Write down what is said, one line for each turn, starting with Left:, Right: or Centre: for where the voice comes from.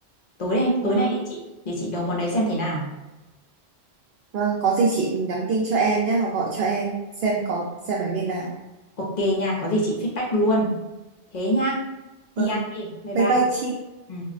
Left: Tối nay tối
Right: vâng
Left: nay để chị để chị nấu món đấy xem thế nào.
Right: vâng có gì chị nhắn tin cho em nhé hoặc gọi cho em xem có xem là như nào
Left: Ok nha, có gì chị feedback luôn. Thế nha, đi
Right: vâng
Left: ăn đi. Bye bye.
Right: bye bye chị
Left: Ừ.